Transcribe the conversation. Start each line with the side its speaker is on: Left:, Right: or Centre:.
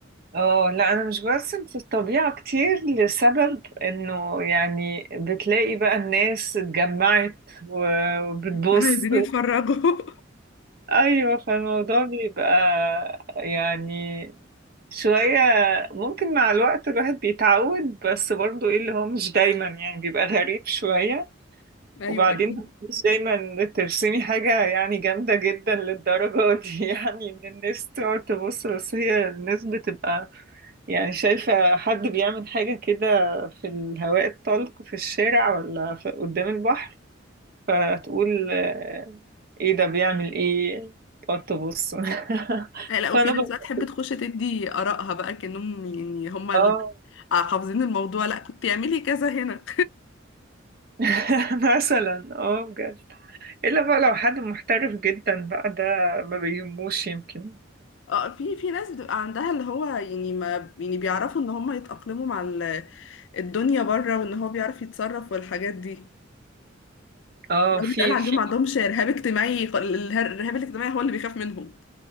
Right: اه لا انا مش برسم في الطبيعة كتير لسبب انه يعني بتلاقي بقى الناس اتجمعت وبتبص
Left: <laughs> عايزين يتفرجوا
Right: ايوه فالموضوع بيبقى يعني شوية ممكن مع الوقت الواحد بيتعود بس برضو ايه اللي هو مش دايما يعني بيبقى غريب شوية
Left: ايوه
Right: وبعدين
Left: اكيد
Right: مش دايما ترسمي حاجة يعني جامدة جدا للدرجة دي <laughs> يعني ان الناس تقعد تبص بس هي الناس بتبقى يعني شايفة حد بيعمل حاجة كده في الهواء الطلق في الشارع ولا في- قدام البحر فتقول آه، ايه ده بيعمل ايه تقعد تبص <laughs>
Left: لا لا
Right: فانا
Left: وفي ناس
Right: بقى
Left: بقى تحب تخش تدي آرائها بقى كأنهم يعني هما
Right: اه
Left: اللي حافظين الموضوع لا كنت تعملي كذا هنا
Right: <laughs> مثلا اه بجد الا بقى لو حد محترف جدا بقى ده ما بيهموش يمكن
Left: <laughs> اه في في ناس بتبقى عندها اللي هو يعني ما يعني بيعرفوا ان هم يتأقلموا مع ال- الدنيا بره وان هو بيعرف يتصرف والحاجات دي
Right: اه
Left: لو
Right: في
Left: بيتقال عندهم
Right: في
Left: ما عندهمش رهاب اجتماعي خ- اله- الرهاب الاجتماعي هو اللي بيخاف منهم